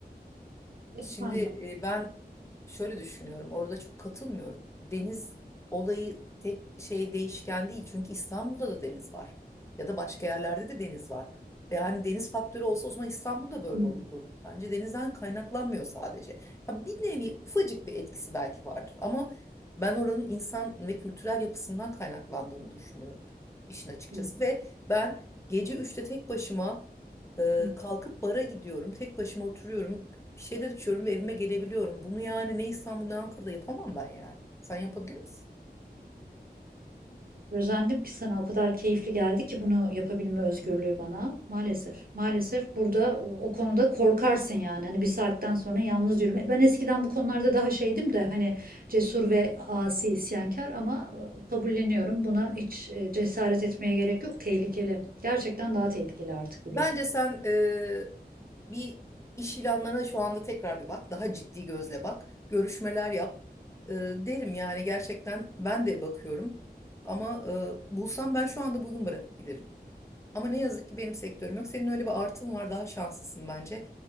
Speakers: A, on the right; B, on the left.
A: Efendim.
B: Şimdi e, ben şöyle düşünüyorum. Orada çok katılmıyorum. Deniz olayı tek şey değişken değil. Çünkü İstanbul'da da deniz var. Ya da başka yerlerde de deniz var. Yani deniz faktörü olsa o zaman İstanbul'da böyle
A: Hı hı,
B: olurdu. Bence denizden kaynaklanmıyor sadece. Ha, bir nevi ufacık bir etkisi belki vardır ama ben oranın insan ve kültürel yapısından kaynaklandığını düşünüyorum işin açıkçası
A: hı
B: ve ben gece üçte tek başıma e,
A: hı.
B: kalkıp bara gidiyorum. Tek başıma oturuyorum. Bir şeyler içiyorum ve evime gelebiliyorum. Bunu yani ne İstanbul ne Ankara'da yapamam ben yani. Sen yapabilir misin?
A: Özendim ki sana o kadar keyifli geldi ki bunu yapabilme özgürlüğü bana. Maalesef. Maalesef burada o o konuda korkarsın yani. Hani bir saatten sonra yalnız yürüme. Ben eskiden bu konularda daha şeydim de hani cesur ve asi isyankar ama e, kabulleniyorum. Buna hiç e, cesaret etmeye gerek yok. Tehlikeli. Gerçekten daha tehlikeli artık Hülya.
B: Bence sen e, bir iş ilanlarına şu anda tekrar bir bak. Daha ciddi gözle bak. Görüşmeler yap. E, derim yani gerçekten ben de bakıyorum. Ama e, bulsam ben şu anda bugün bırakıp giderim. Ama ne yazık ki benim sektörüm yok. Senin öyle bir artın var, daha şanslısın bence.